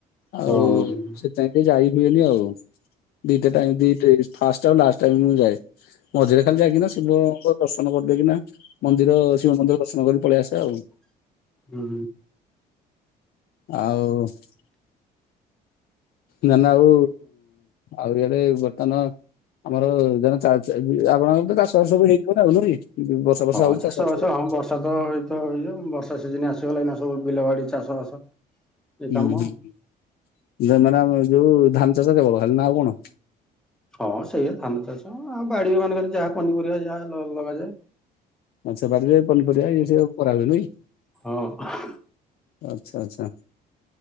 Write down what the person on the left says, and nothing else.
ଆଉ
ସେଥିଆଇଁ ଟିକେ ଯାଇ ହୁଏନି ଆଉ। ଦିଟା ଟାଇମ୍ ଦିଟ ଫାଷ୍ଟ ଆଉ ଲାଷ୍ଟ ଟାଇମ୍ ମୁଁ ଯାଏ ମଝିରେ ଖାଲି ଯାଇକିନା ଶିବଙ୍କ ଦର୍ଶନ କରିଦେଇକି ନା ମନ୍ଦିର ଶିବ ମନ୍ଦିର ଦର୍ଶନ କରି ପଳେଇ ଆସେ ଆଉ।
ଆଉ ନା ନା ଆଉ ଆଉ ଇଆଡେ ବର୍ତନ ଆମର ଧର ଚା ଚା ଆପଣଙ୍କର ତ ଚାଷ ବାସ ସବୁ ହେଇଥିବ ଆଉ ନୁହଁ କି। ବର୍ଷା ବର୍ଷା
ହଉଛି
ଚାଷବାସ
ହେଇଯାଇଥିବ।
ହୁଁ,
<unintelligible> ଆମର ଯୋଉ ଧାନ ଚାଷ କେବଳ ଖାଲି ନା ଆଉ କଣ?
ଆଚ୍ଛା ବାରିରେ ପନିପରିବା ଇଏ ସିଏ କରା ହୁଏ ନୁହେଁ କି।
ଆଛା ଆଛା,